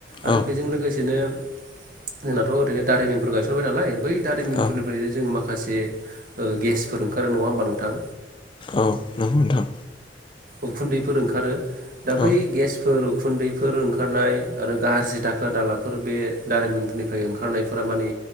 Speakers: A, on the right (about 50°); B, on the left (about 25°).
A: आरो
B: औ
A: बेजों लोगोसेनो जोंनाथ' ओरैनो दारिमिनफोर गायसनबाय नालाय बै दारिमिनफोरनिफ्राय
B: औ
A: जों मा खासे ओ गेसफोर ओंखारो नङा होमबा नोंथां
B: औ नोंगो नोंथां
A: उखुनदैफोर ओंखारो। दा
B: औ
A: बै गेसफोर उखुनदैफोर ओंखारनाय आरो गाज्रि दाखोर दालाफोर बे दारिमिनफोरनिफ्राय ओंखारनायफोरा माने